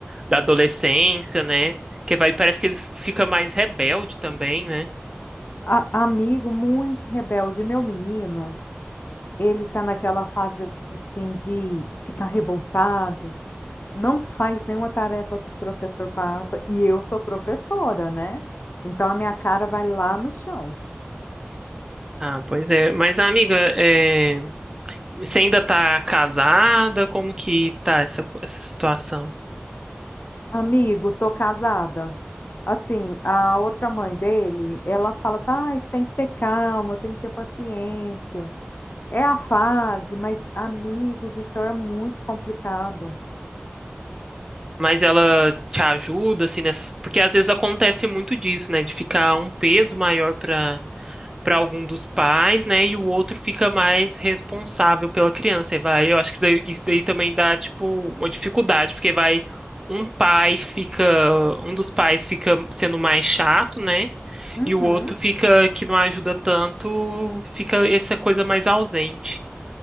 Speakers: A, on the right; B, on the left.
A: da adolescência, né? Que vai, parece que eles ficam mais rebelde também, né?
B: A- amigo, muito rebelde, meu menino, ele tá naquela fase, assim, de ficar revoltado não faz nenhuma tarefa que os professor passa e eu sou professora, né? Então a minha cara vai lá no chão.
A: Ah, pois é. Mas, amiga, é, você ainda tá casada? Como que tá essa, co- essa situação?
B: Amigo, tô casada. Assim, a outra mãe dele, ela fala assim, ai, tem que ter calma, tem que ter paciência. É a fase, mas amigo do céu, é muito complicado.
A: Mas ela te ajuda, assim, nessas... Porque às vezes acontece muito disso, né? De ficar um peso maior para para algum dos pais, né? E o outro fica mais responsável pela criança. E vai, eu acho que isso daí, isso daí também dá, tipo, uma dificuldade, porque vai, um pai fica, um dos pais fica sendo mais chato, né?
B: Uhum.
A: E o outro fica, que não ajuda tanto, fica essa coisa mais ausente.